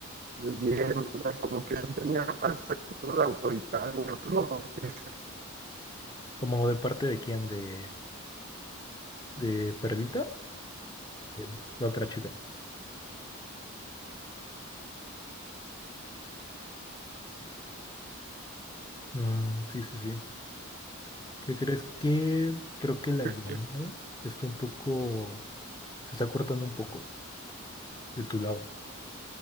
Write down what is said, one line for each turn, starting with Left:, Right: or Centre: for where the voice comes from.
Right: el Jerry, como que sí tenía más actitud autoritaria, pero no, es
Left: ¿como de parte de quién? ¿De, de Perlita? De la otra chica. Mm, sí, sí, sí. ¿Qué crees? Que creo que la
Right: Sí,
Left: llamada está un poco... Se está cortando un poco de tu lado.